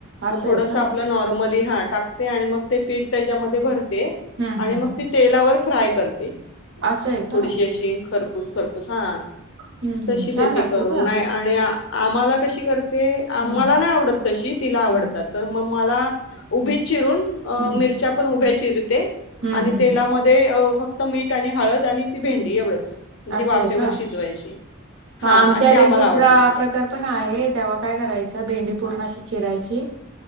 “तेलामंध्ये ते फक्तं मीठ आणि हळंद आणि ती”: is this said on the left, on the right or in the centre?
Left